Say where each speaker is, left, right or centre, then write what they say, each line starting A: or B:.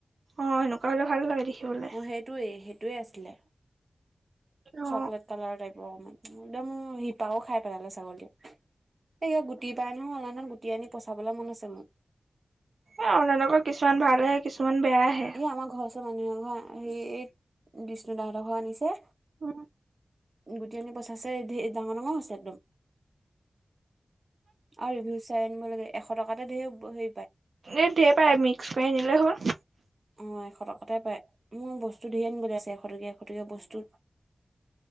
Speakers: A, on the right; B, on the right.
A: অ', সেনেকুৱা হলে ভাল লাগে দেখিবলে।
B: মই সেইটোৱে <unintelligible> আছিলে,
A: অ
B: চকলেট কালাৰৰ টাইপ <unintelligible> একদম, শিপাও খাই পেলালে ছাগলীয়ে। এই গুটি পাই নহয় অনলাইনত, গুটি আনি পচাবলৈ মন আছে মোৰ।
A: এ অনালোকৰ কিছুমান ভালেহে কিছুমান বেয়া আহে
B: এ আমাৰ ঘৰ ওৰ মানুহৰ ঘৰ হে এই বিষ্ণুদতৰ ঘৰ আনিছে
A: অ
B: গুট আানী পচাছেৰ ডাঙৰ ডাঙৰ হৈছে একদম আৰু ৰিভিউ চাই আনিব লাগে এশ টকাতে ধেৰ হে
A: এই ৰ পাই মিক্স কৰি আনিলে হ'ল
B: অ', এশ টকাতে পায়। উম, বস্তু ধেৰ আনিবলৈ আছে, এশ টকীয়া এশ টকীয়া বস্তু